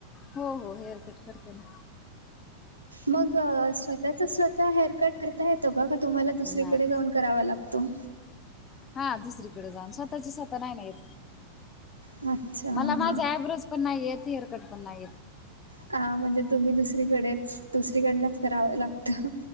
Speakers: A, on the left; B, on the right.
A: हो, हो हेअरकट करते ना,
B: मग, स्वतःचा स्वतः हेअरकट कर स्वतः येतो का, का तुम्हाला दुसरीकडे
A: नाही
B: जाऊन, करावा लागतो?
A: हा, दुसरीकडे जाऊन. स्वतःच स्वतः नाही ना येत
B: अच्छा हा.
A: मला, माझ्या आय ब्रोज पण नाही येत, हेअरकट पण नाही येत.
B: का, म्हणजे तुम्ही दुसरीकडेच, दुसरीकडनंच करावं लागतं.